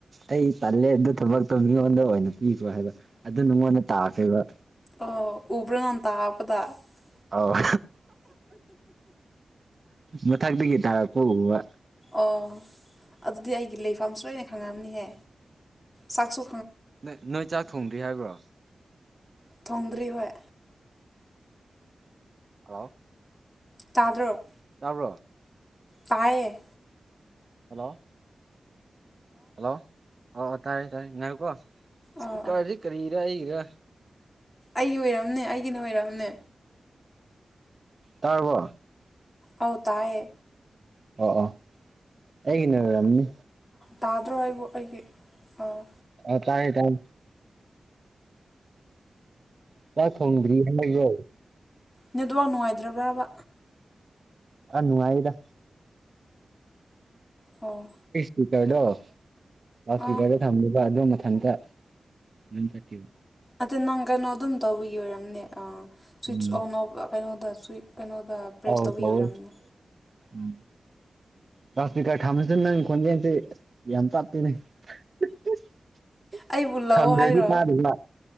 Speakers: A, on the right (about 45°); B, on the left (about 25°).
A: ꯑꯩ ꯇꯜꯂꯦ ꯑꯗꯨ ꯊꯕꯛꯇꯣ ꯃꯤꯉꯣꯟꯗ ꯑꯣꯏꯅ ꯄꯤ ꯍꯥꯏꯕ ꯑꯗꯨ ꯅꯉꯣꯟꯗ ꯇꯥꯈ꯭ꯔꯦꯕ
B: ꯑꯣ ꯎꯕ꯭ꯔꯣ <unintelligible>
A: ꯑꯣ <inaudible> ꯃꯊꯛꯇꯒꯤ ꯇꯔꯛꯄ ꯎꯕ
B: ꯑꯣ ꯑꯗꯨꯗꯤ ꯑꯩꯒꯤ ꯂꯩꯐꯝꯁꯨ ꯂꯣꯏꯅ ꯈꯪꯉꯝꯅꯤꯍꯦ ꯁꯛꯁꯨ
A: ꯅꯣꯏ ꯅꯣꯏ ꯆꯥꯛ ꯊꯣꯡꯗ꯭ꯔꯤ ꯍꯥꯏꯕ꯭ꯔꯣ
B: ꯊꯣꯡꯗ꯭ꯔꯤ ꯍꯣꯏ
A: ꯍꯂꯣ
B: ꯇꯥꯗ꯭ꯔꯣ
A: ꯇꯥꯕ꯭ꯔꯣ
B: ꯇꯥꯏꯌꯦ
A: ꯍꯜꯂꯣ ꯍꯜꯂꯣ ꯑꯣ ꯇꯥꯔꯦ ꯇꯥꯔꯦ ꯉꯥꯏꯌꯣꯀꯣ
B: ꯑꯥ
A: ꯁ꯭ꯄꯤꯀꯔꯖꯦ ꯀꯔꯤꯔ ꯑꯩꯒꯤꯔꯥ
B: ꯑꯩ ꯑꯣꯏꯔꯝꯅꯤ ꯑꯩꯒꯤꯅ ꯑꯣꯏꯔꯝꯅꯦ
A: ꯇꯥꯔꯕꯣ
B: ꯑꯧ ꯇꯥꯏꯌꯦ
A: ꯑꯣ ꯑꯣ ꯑꯩꯒꯤꯅ ꯑꯣꯏꯔꯝꯅꯤ
B: ꯇꯥꯗ꯭ꯔꯣ ꯑꯩꯕꯨ ꯑꯩꯒꯤ ꯑꯥ
A: ꯑ ꯇꯥꯏꯌꯦ ꯇꯥꯏ ꯆꯥꯛ ꯊꯣꯡꯗ꯭ꯔꯤ <unintelligible>
B: ꯅꯦꯠꯋꯥꯛ ꯅꯨꯡꯉꯥꯏꯇ꯭ꯔꯕ꯭ꯔꯕ
A: ꯑ ꯅꯨꯡꯉꯥꯏꯗ
B: ꯑꯣ
A: ꯁ꯭ꯄꯤꯀꯔꯗꯣ ꯂꯥꯎꯗ ꯁ꯭ꯄꯤꯀꯔꯗ
B: ꯑꯥ
A: ꯊꯝꯃꯣꯕ ꯑꯗꯨ ꯃꯊꯟꯇ ꯑꯗꯨꯝ ꯇꯠꯈꯤꯕ
B: ꯑꯗꯨ ꯅꯪ ꯀꯩꯅꯣ ꯑꯗꯨꯝ ꯇꯧꯕꯒꯤ ꯑꯣꯏꯔꯝꯅꯦ ꯑ ꯁ꯭ꯋꯤꯠꯁ
A: ꯎꯝ
B: ꯑꯣꯟ ꯑꯣꯐ ꯀꯩꯅꯣꯗ ꯁꯨꯏ ꯀꯩꯅꯣꯗ ꯄ꯭ꯔꯦꯁ
A: ꯑꯧ
B: ꯇꯧꯕꯤ
A: ꯇꯧꯋꯦ
B: ꯑꯣꯏꯔꯝꯅꯤ
A: ꯎꯝ ꯂꯥꯎꯗ ꯁ꯭ꯄꯤꯀꯔ ꯊꯥꯃꯟꯗ ꯅꯪ ꯈꯣꯜꯖꯦꯜꯁꯦ ꯑꯁ ꯌꯥꯝ ꯇꯞꯄꯦꯅꯦ <inaudible>
B: ꯑꯩꯕꯨ ꯂꯧꯑꯣ
A: ꯊꯝꯗ꯭ꯔꯗꯤ
B: ꯍꯥꯏꯔꯣ
A: ꯇꯗꯦꯕ